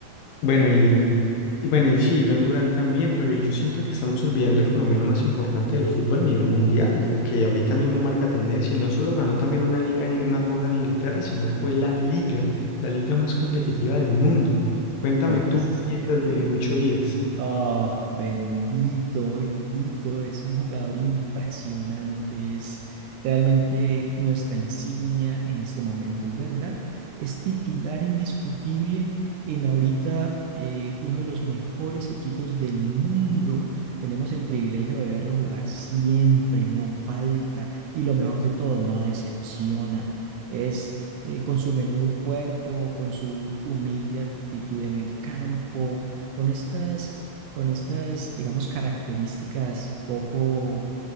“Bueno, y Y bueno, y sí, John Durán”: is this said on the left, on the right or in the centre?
Left